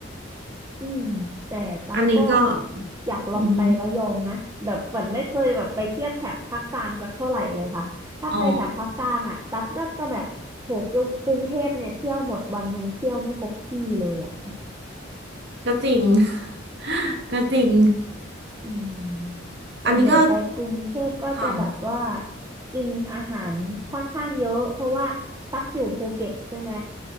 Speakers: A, on the right; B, on the right.
A: อืมแต่ตั๊กก็
B: อันนี้ก็
A: อยากลองไประยองนะแบบเหมือนไม่เคยแบบไปเทียบแถบภาคกลางสักเท่าไหร่เลยค่ะถ้าไปแถบภาคกลางอ่ะตั๊กก็จะแบบโหเกี่ยวกรุงเทพเนี่ยเที่ยวหมดวันยังเที่ยวไม่ครบที่เลยอ่ะ
B: อือฮึอ๋อก็จริง <laughs> ก็จริง
A: อืมส่วนใหญ่ไปกรุงเทพก็จะแบบว่า
B: อันนี้ก็ค่ะ
A: กินอาหารค่อนข้างเยอะเพราะว่าตักอยู่ภูเก็ตใช่ไหม